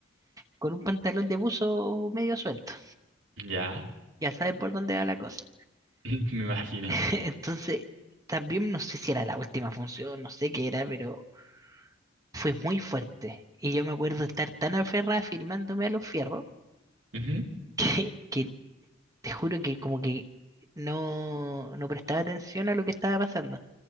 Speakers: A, on the right; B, on the right.
A: con un pantalón de buzo medio suelto.
B: ¿Ya?
A: Ya sabes por dónde va la cosa.
B: <laughs> Me imagino.
A: <laughs> Entonces, también no sé si era la última función, no sé qué era, pero fue muy fuerte. Y yo me acuerdo estar tan aferrada firmándome a los fierros
B: Ujú,
A: que, que te juro que como que no, no prestaba atención a lo que estaba pasando.